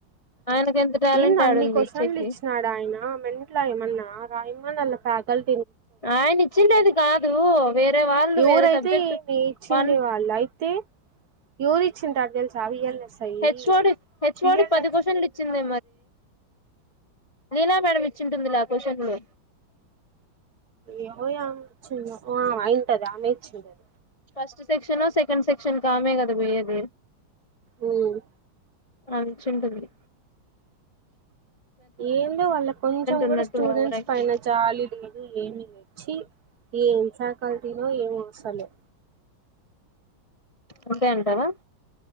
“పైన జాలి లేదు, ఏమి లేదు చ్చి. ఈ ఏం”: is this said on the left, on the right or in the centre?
Right